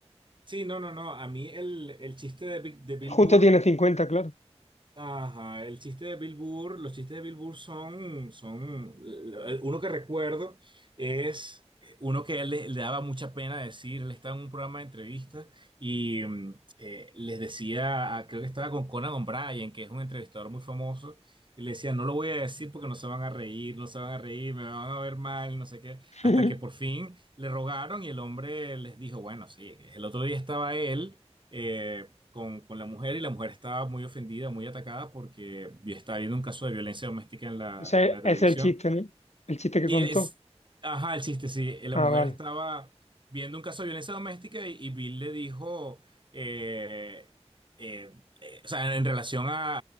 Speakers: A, on the right; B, on the left.
A: sí, no, no, no, a mí el, el chiste de, Bi- de Bill
B: Justo
A: Burr
B: tiene cincuenta claro.
A: Ajá, el chiste de Bill Burr, los chistes de Bill Burr son, son, el- uno que recuerdo es eh, uno que a él le, le daba mucha pena decir, él estaba en un programa de entrevistas y mm, eh, les decía, creo que estaba con Conan O'Brien, que es un entrevistador muy famoso, y le decía, no lo voy a decir porque no se van a reír, no se van a reír, me van a ver mal, no sé qué,
B: <laughs>
A: hasta que por fin le rogaron y el hombre les dijo, bueno, sí, el otro día estaba él. eh, con, con la mujer y la mujer estaba muy ofendida, muy atacada porque vi- estaba viendo un caso de violencia doméstica en la,
B: Ese
A: en la televisión.
B: ese es el chiste, ¿no? El chiste que
A: Y
B: contó.
A: es, ajá, el chiste, sí, eh, la
B: Ah,
A: mujer
B: vale.
A: estaba viendo un caso de violencia doméstica y, y Bill le dijo, eh, eh, eh, o sea, en relación a,